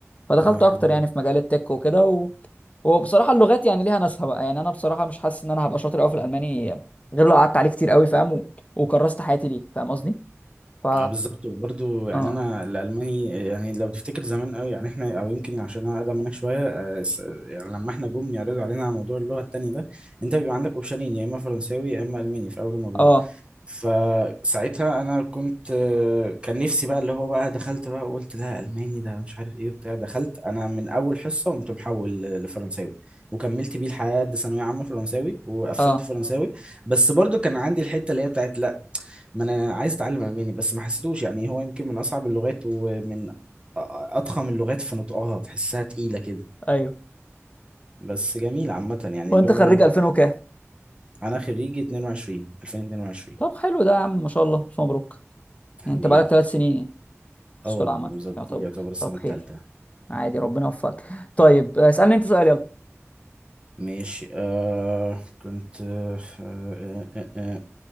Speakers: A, on the left (about 30°); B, on the right (about 20°).
A: فدخلت
B: اه
A: اكتر
B: حلو
A: يعني
B: ده
A: في مجال التك وكده و... وبصراحه اللغات يعني ليها ناسها بقى يعني انا بصراحه مش حاسس ان انا هبقى شاطر قوي في الالماني غير لو قعدت عليه كتير قوي فاهم و... وكرست حياتي ليه فاهم قصدي ف
B: اه بالظبط وبرضه يعني
A: اه
B: انا الالماني يعني لو تفتكر زمان قوي يعني احنا او يمكن عشان انا اقدم منك شويه آه، س- يعني لما احنا جم يعرضوا علينا على موضوع اللغه التاني ده انت بيبقى عندك اوبشنين يا اما فرنساوي يا اما الماني في اول الموضوع
A: اه
B: فساعتها انا كنت آه، كان نفسي بقى اللي هو بقى دخلت بقى وقلت لا الماني ده مش عارف ايه وبتاع دخلت انا من اول حصه قمت محول ل- لفرنساوي وكملت بيه لحد ثانويه عامه فرنساوي وقفلت
A: اه
B: اه فرنساوي بس برضو كان عندي الحته اللي هي بتاعت ما انا عايز اتعلم الماني بس ما حسيتوش يعني هو يمكن من اصعب اللغات ومن أ- اضخم اللغات في نطقها تحسها تقيلة كده
A: ايوه
B: بس جميل عامة يعني
A: وانت
B: اللغة
A: خريج 2000 وكام
B: انا خريجي 22 2022
A: طب حلو ده يا عم ما شاء الله ألف مبروك يعني
B: حبيبي
A: انت بقالك ثلاث سنين يعني في
B: اه
A: سوق العمل
B: بالظبط
A: يا طب
B: دي يعتبر السنة
A: طب خير
B: التالتة
A: عادي ربنا يوفقك طيب آه، اسالني انت سؤال يلا
B: ماشي آه كنت آه آه آه آه.